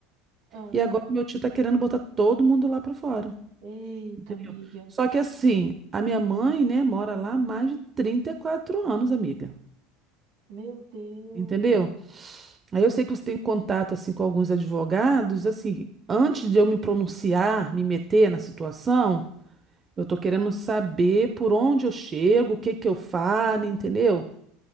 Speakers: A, on the right (about 65°); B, on the right (about 30°).
A: Ah,
B: E agora meu tio tá querendo botar todo mundo lá para fora.
A: Eita,
B: Entendeu?
A: amiga.
B: Só que assim, a minha mãe, né, mora lá há mais de 34 anos, amiga.
A: meu Deus.
B: Entendeu? Aí eu sei que você tem contato assim com alguns advogados, assim, antes de eu me pronunciar, me meter na situação, eu tô querendo saber por onde eu chego, o que que eu falo, entendeu?